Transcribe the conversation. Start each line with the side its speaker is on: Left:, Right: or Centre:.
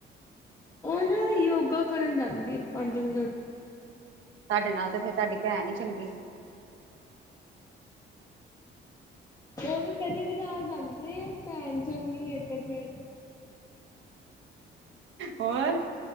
Left: ਉਹ ਨਾ ਯੋਗਾ ਕਰਨ ਜਾਂਦੀ ਪੰਜ ਵਜੇ ਉੱਠ ਕੇ।
Right: ਤੁਹਾਡੇ ਨਾਲੋਂ ਤੇ ਫਿਰ, ਤੁਹਾਡੀ ਭੈਣ ਹੀ ਚੰਗੀ।
Left: ਉਹ ਵੀ ਕਦੇ ਕਦਾਰ ਜਾਂਦੀ ਆ। ਭੈਣ ਚੰਗੀ ਤੇ ਫਿਰ
Right: ਹੋਰ?